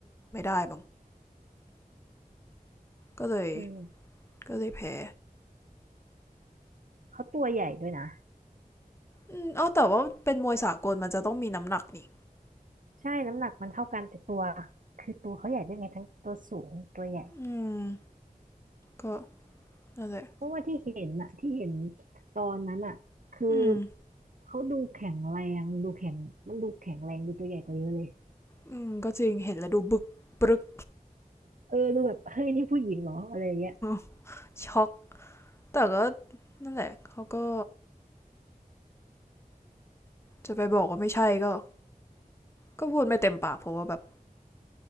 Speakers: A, on the left; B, on the right.
A: ้างก็เลย
B: เออ
A: ก็เลยแพ้
B: เขาตัวใหญ่ด้วยนะ
A: อืมอ๋อแต่ว่าเป็นมวยสากลมันจะต้องมีน้ำหนักนี่
B: ใช่น้ำหนักมันเท่ากันแต่ตัวคือตัวเขาใหญ่ด้วยไงทั้งตัวสูงตัวใหญ่
A: อืมก็ นั่นแหละ
B: เพราะว่าที่เห็นอะที่เห็นตอนนั้นอะคือ
A: อืม
B: เขาดูแข็งแรงดูแข็งมันดูแข็งแรงดูตัวใหญ่กว่าเยอะเลย
A: อืมก็จริงเห็นแล้วดูบึกปรึก
B: เออดูแบบเฮ้ยนี่ผู้หญิงเหรออะไรอย่างเงี้ย
A: <laughs> ช็อก แต่ก็ นั่นแหละ เขาก็จะไปบอกว่าไม่ใช่ก็ ก็พูดไม่เต็มปากเพราะว่าแบบ